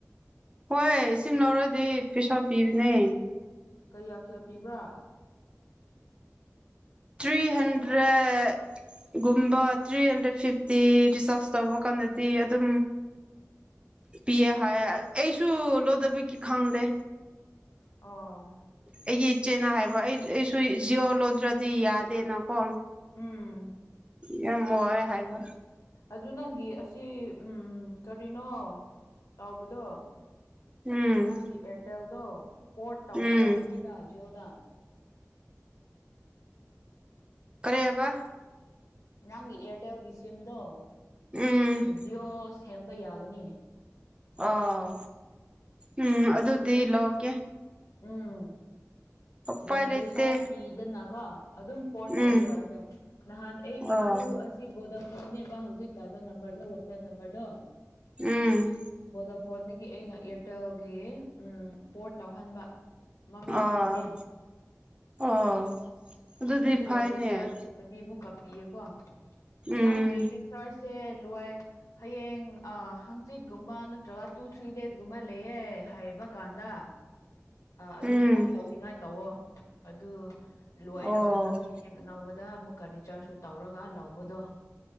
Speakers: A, on the right (about 20°); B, on the left (about 85°).
A: ꯍꯣꯏ ꯁꯤꯝ ꯂꯧꯔꯗꯤ ꯄꯩꯁꯥ ꯄꯤꯕꯅꯦ
B: ꯀꯌꯥ ꯀꯌꯥ ꯄꯤꯕ꯭ꯔꯥ
A: ꯊ꯭ꯔꯤ ꯍꯟꯗ꯭ꯔꯦꯠ ꯒꯨꯝꯕ ꯊ꯭ꯔꯤ ꯍꯟꯗ꯭ꯔꯦꯠ ꯐꯤꯐꯇꯤ ꯔꯤꯆꯥꯔꯖ ꯇꯧꯕ ꯀꯥꯟꯗꯗꯤ ꯑꯗꯨꯝ ꯄꯤꯌꯦ ꯍꯥꯏ ꯑꯩꯁꯨ ꯂꯣꯗꯕ ꯀ ꯈꯥꯎꯗꯦ
B: ꯑ
A: ꯑꯩꯒꯤ ꯏꯆꯦꯅ ꯍꯥꯏꯕ ꯑꯩ ꯑꯩꯁꯨ ꯖꯤꯌꯑꯣ ꯂꯧꯗ꯭ꯔꯗꯤ ꯌꯥꯗꯦꯅꯀꯣ
B: ꯎꯝ
A: ꯌꯥꯝ ꯋꯥꯅꯨꯡ ꯍꯥꯏꯕ
B: ꯑꯗꯨ ꯅꯪꯒꯤ ꯑꯁꯤ ꯎ ꯀꯔꯤꯅꯣ ꯆꯥꯎꯥꯎꯕꯗꯣ
A: ꯎꯝ
B: ꯅꯪꯒꯤ ꯑꯦꯌꯥꯔꯇꯦꯜꯗꯣ ꯄꯣꯔꯠ ꯇꯧꯕ
A: ꯎꯝ
B: ꯌꯥꯔꯣꯏꯅꯤꯗ ꯖꯤꯑꯣꯣꯗ
A: ꯀꯔꯦ ꯍꯥꯏꯕ
B: ꯅꯪꯒꯤ ꯏꯌꯥꯔꯇꯦꯜꯒꯤ ꯁꯤꯝꯗꯣ
A: ꯎꯝ
B: ꯖꯤꯌꯑꯣ ꯁꯦꯝꯕ ꯌꯥꯒꯅꯤ
A: ꯑꯣ ꯎꯝ ꯑꯗꯨꯗꯤ ꯂꯧꯒꯦ
B: ꯎꯝ
A: ꯎꯄꯥꯏ
B: ꯎꯝ
A: ꯂꯩꯇꯦ
B: ꯄꯩꯁꯥ ꯄꯤ ꯑꯗꯨꯅ ꯀꯣ ꯑꯗꯨꯝ ꯄꯠ
A: ꯎꯝ
B: ꯇꯧꯕ ꯌꯥꯕꯅꯦ ꯅꯍꯥꯟ ꯑꯩꯒꯤꯁꯨ
A: ꯑꯣ
B: ꯁꯤ ꯕꯣꯗ ꯐꯣꯟꯅꯦꯕ ꯍꯧꯖꯤꯛ ꯀꯥꯏꯕ ꯅꯝꯕꯔꯗꯣ ꯋꯥꯆꯦꯞ ꯅꯝꯕꯔꯗꯣ
A: ꯎꯝ
B: ꯕꯣꯗ ꯐꯣꯟꯗꯒꯤ ꯑꯩꯅ ꯏꯌꯥꯔꯇꯦꯜꯒꯤ ꯎ ꯄꯣꯠ ꯇꯧꯍꯟꯕ ꯃꯃꯟ
A: ꯑꯣ
B: ꯄꯤꯔꯦ
A: ꯑꯣ ꯑꯗꯨꯗꯤ
B: ꯑꯗꯨꯒꯗꯤ
A: ꯐꯩꯅꯦ
B: ꯆꯔ ꯑꯗꯨꯗꯤ ꯑꯃꯨꯛ ꯀꯥꯞꯄꯤꯌꯦꯀꯣ
A: ꯎꯝ
B: ꯅꯪꯒꯤ ꯔꯤꯆꯥꯔꯁꯁꯦ ꯂꯣꯏ ꯍꯌꯦꯡ ꯍꯪꯆꯤꯠꯀꯨꯝꯕ ꯅꯠꯇ꯭ꯔꯒ ꯇꯨ ꯊ꯭ꯔꯤ ꯗꯦꯖꯀꯨꯝꯕ ꯂꯩꯌꯦ ꯍꯥꯏꯕ ꯀꯥꯟꯗ ꯑꯗꯨ
A: ꯎꯝ
B: ꯄꯣꯠ ꯇꯧꯅꯤꯉꯥꯏ ꯇꯧꯋꯣ ꯑꯗꯨ ꯂꯣꯏꯔꯒ
A: ꯑꯣ
B: ꯅꯪꯒꯤ ꯅꯧꯕꯗ ꯑꯃꯨꯛꯀ ꯔꯤꯆꯥꯔꯖꯁꯨ ꯇꯧꯔꯒ ꯂꯧꯕꯗꯣ